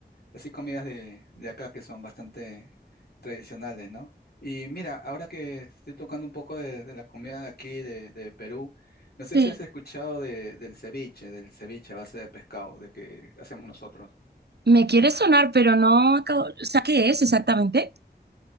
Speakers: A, on the left; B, on the right.
A: Así comidas de, de acá que son bastante tradicionales, ¿no? Y mira, ahora que estoy tocando un poco de, de la comida de aquí, de, de Perú, no sé
B: Sí.
A: si has escuchado de- del ceviche, del ceviche a base de pescado, de que hacemos nosotros.
B: Me quiere sonar, pero no acabo, o sea, ¿qué es exactamente?